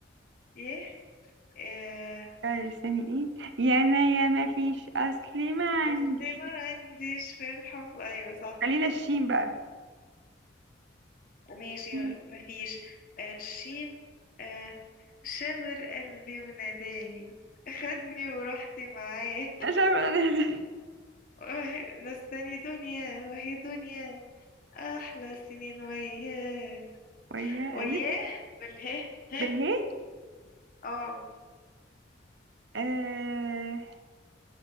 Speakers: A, on the left; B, on the right.
A: يه آه،
B: طيب استني ايه يا انا يا ما فيش اصل ما عندي
A: اصل ما عنديش في الحب ايوه صح
B: خلينا الشين بقى
A: ماشي
B: مم.
A: مفيش آه، شين آه، شاور قلبي وناداني خدني ورحت معاه <laughs>
B: مش عارفة
A: وه- نساني دنيا وهي دنيا أحلى سنين وياه
B: <laughs> ويا
A: وياه
B: ألف
A: بالهه ه
B: بالهاء
A: اه
B: آه